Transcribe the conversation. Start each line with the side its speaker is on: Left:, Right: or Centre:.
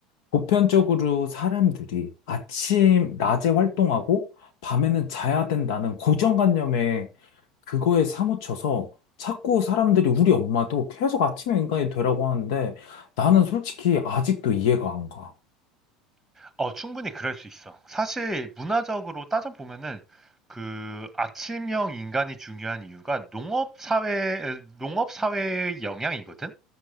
Left: 보편적으로 사람들이 아침, 낮에 활동하고 밤에는 자야 된다는 고정관념에 그거에 사무쳐서 자꾸 사람들이 우리 엄마도 계속 아침형 인간이 되라고 하는데 나는 솔직히 아직도 이해가 안 가.
Centre: 어, 충분히 그럴 수 있어. 사실 문화적으로 따져보면은 그 아침형 인간이 중요한 이유가 농업 사회, 농업 사회의 영향이거든?